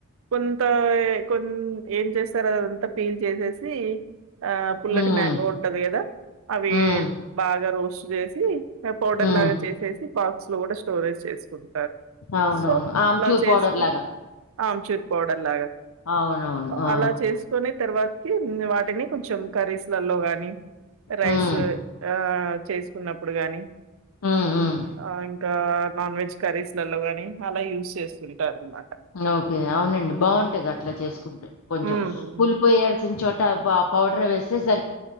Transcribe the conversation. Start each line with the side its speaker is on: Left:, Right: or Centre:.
Right: కొంత ఏ కొన్ ఏం చేస్తారు అది అంతా పీల్ చేసేసి ఆ పుల్లటి
Left: హ్మ్.
Right: మ్యాంగో ఉంటది కదా అవి
Left: హ్మ్.
Right: బాగా రోస్ట్ చేసి ఇగ పౌడర్
Left: హ్మ్.
Right: లాగా చేసేసి బాక్ క్స్ లో కూడా స్టోరేజ్ చేసుకుంటరు
Left: అవునవును.
Right: సో
Left: ఆమ్చూర్
Right: అలా చేసుకుంట్
Left: పౌడర్ లాగా.
Right: ఆమ్ చొప్ కోడలాగా
Left: అవునవును ఆ!
Right: అలా చేసుకోని తర్వాతకి వాటిని కొంచెం కర్రీస్లలో గాని రైస్లో
Left: హ్మ్.
Right: ఆ చేసుకున్నప్పుడు గాని
Left: హ్మ్. హ్మ్.
Right: ఆ ఇంకా నాన్ వెజ్ కర్రీస్ లలో కాని అలా యూజ్ చేస్తుంటారు అనమాట
Left: ఓకే అవునండి బాగుంటది అట్లా చేసు కొంచెం
Right: హ్మ్.
Left: పులుపు వేయాల్సిన చోట వ పౌడర్ వేస్తే సరి